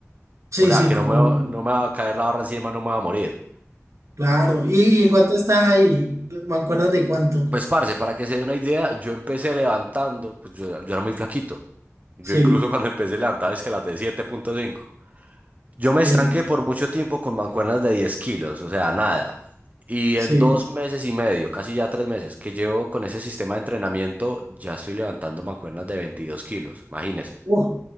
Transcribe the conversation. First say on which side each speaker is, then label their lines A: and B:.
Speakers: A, on the right; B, on the right.
A: Sí,
B: O sea,
A: sí,
B: que
A: correcto,
B: no me, va- no me va a caer la barra encima, no me va a morir.
A: claro. ¿Y, y en cuánto estás ahí? ¿Mancuernas de cuánto?
B: Pues, parce, para que se dé una idea, yo empecé levantando, pues yo, era yo era muy flaquito. Yo
A: Sí,
B: incluso cuando empecé a levantar es que las de siete punto cinco. Yo me
A: eh,
B: estanqué por mucho tiempo con mancuernas de 10 kilos, o sea, nada. Y
A: sí.
B: en dos meses y medio, casi ya tres meses, que llevo con ese sistema de entrenamiento, ya estoy levantando mancuernas de 22 kilos, imagínese.
A: Uh,